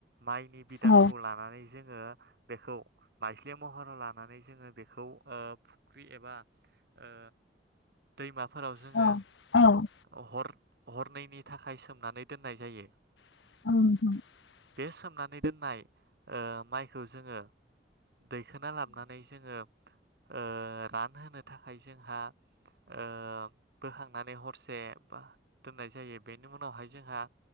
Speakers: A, on the right (about 65°); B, on the left (about 85°).
A: माइनि बिदानखौ
B: औ
A: लानानै जों। ओ बेखौ मायस्लि महराव लानानै जोङो बेखौ ओ फुख्रि एबा ओ दैमा। फोराव जोङो
B: औ औ
A: हर हरनैनि थाखाय सोमनानै दोननाय जायो।
B: <unintelligible>
A: बे सोमनानै दोननाय ओ माइखौ जोङो। दैखोना लाबोनानै जोङो। ओ रानहोनो थाखाय जोंहा। ओ बोखांनानै हरसे बा दोननाय जायो बेनि उनावहाय जोंहा